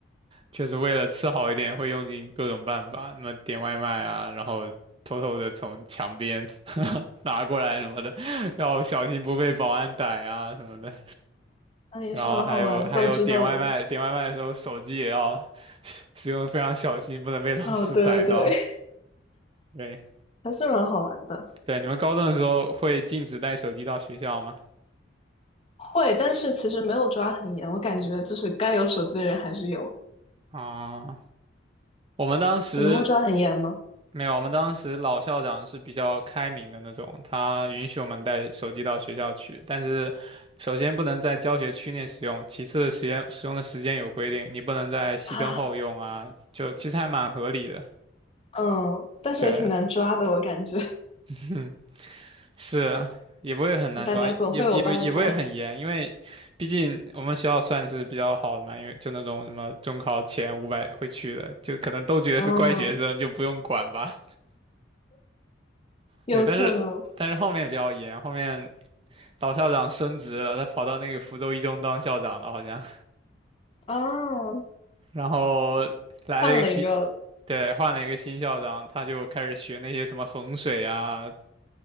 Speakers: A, on the right; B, on the left.
A: 确实为了吃好一点，会用尽各种办法，什么点外卖啊，然后偷偷的从墙边 <laughs> 拿过来什么的，要小心不被保安逮啊什么的。
B: 啊也是蛮好玩，
A: 然后还有还有点外卖，
B: 斗智斗勇。
A: 点外卖的时候手机也要使用得非常小心，不能被老师逮到。
B: 哦，对对对，
A: 对。
B: <laughs> 还是蛮好玩的。
A: 对，你们高中的时候会禁止带手机到学校吗？
B: 会，但是其实没有抓很严，我感觉就是该有手机的人还是有。
A: 啊、我们当时
B: 你们会抓很严吗？
A: 没有，我们当时老校长是比较开明的那种，他允许我们带手机到学校去，但是首先不能在教学区内使用，其次时间使用的时间有规定，你不能在熄灯后用啊，
B: 啊，
A: 就其实还蛮合理的。
B: 嗯，但是也挺难抓的，
A: 对，
B: 我感觉
A: <laughs> 是，也不会很难抓，
B: <laughs> 大家总会有办法。
A: 也也不也不会很严，因为毕竟我们学校算是比较好的嘛，因为就那种什么中考前五百会去的，就可能都觉得是乖学生，
B: 啊，
A: 就不用管吧。
B: 有可能
A: 对，但是但是后面比较严，后面老校长升职了，他跑到那个福州一中当校长了好像，
B: 啊，
A: 然后来了一个新，
B: 换了一个，
A: 对，换了一个新校长，他就开始学那些什么衡水啊